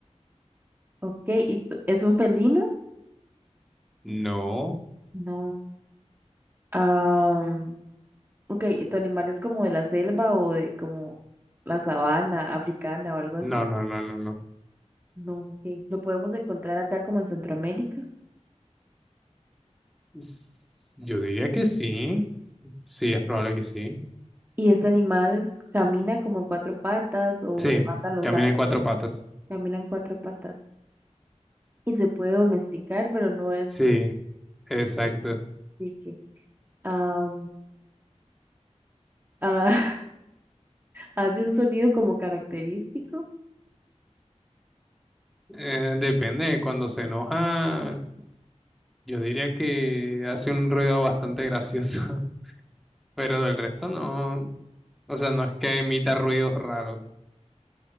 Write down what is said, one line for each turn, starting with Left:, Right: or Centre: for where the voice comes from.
Right: Ok, ¿y tu- es un felino?
Centre: No,
Right: No. Ah, ok, ¿y tu animal es como de la selva o de como la sabana africana o algo así?
Centre: no, no, no, no, no.
Right: No, ok. Lo podemos encontrar acá como en Centroamérica.
Centre: S- Yo diría que sí. Sí, es probable que sí.
Right: ¿Y ese animal camina como en cuatro patas o
Centre: Sí,
Right: anda en los
Centre: camina
Right: árboles?
Centre: en cuatro patas.
Right: Camina en cuatro patas. Y se puede domesticar, pero no es...
Centre: Sí. Exacto.
Right: <laughs> que- Ah, ah, <laughs> Hace un sonido como característico.
Centre: Eh, depende de cuando se enoja, yo diría que hace un ruido bastante gracioso, <laughs> pero del resto no. O sea, no es que emita ruidos raros,